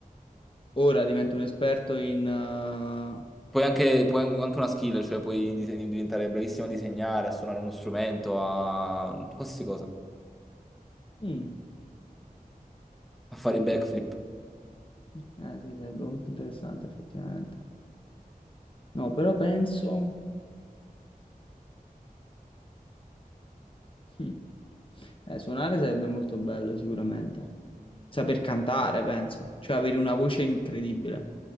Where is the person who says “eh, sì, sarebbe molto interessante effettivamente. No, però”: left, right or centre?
Left